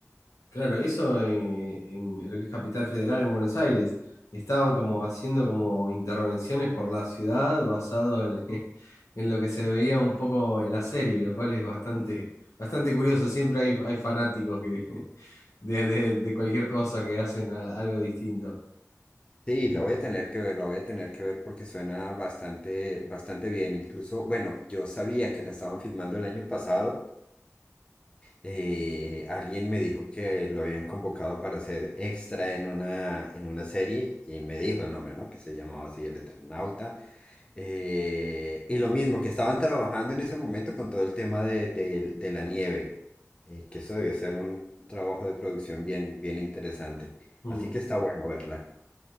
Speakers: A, on the left (about 70°); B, on the left (about 20°).
A: Claro, eso en, en lo que es Capital Federal en Buenos Aires. Estaban como haciendo como intervenciones por la ciudad basado en, <laughs> en lo que se veía un poco en la serie, lo cual es bastante, bastante curioso. Siempre hay, hay fanáticos que, <laughs> de, de- de cualquier cosa que hacen a- algo distinto.
B: Sí, la voy a tener que ver, la voy a tener que ver porque suena bastante, bastante bien. Incluso, bueno, yo sabía que la estaban filmando el año pasado eh, alguien me dijo que lo habían convocado para ser extra en una, en una serie y me dijo el nombre, ¿no? Que se llamaba así El Eternauta. Eh, y lo mismo, que estaban trabajando en ese momento con todo el tema de, de- de la nieve, eh, que eso debió ser un trabajo de producción bien, bien interesante.
A: Mm.
B: Así que está bueno verla.